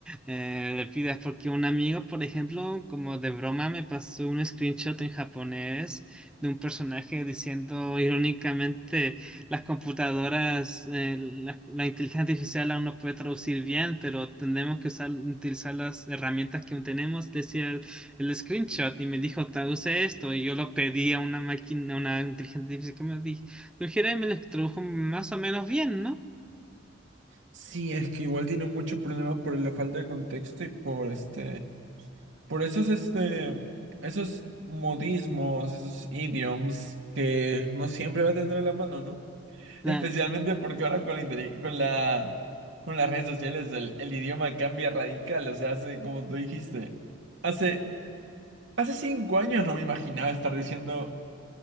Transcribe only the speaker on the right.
Sí, es que igual tiene mucho problema por la falta de contexto y por este, por esos este, esos modismos, esos idioms que no siempre va a tener a la mano, ¿no? <laughs>
Especialmente porque ahora con la, inteli- con la, con las redes sociales el, el idioma cambia radical, o sea, hace, como tú dijiste, hace, hace cinco años no me imaginaba estar diciendo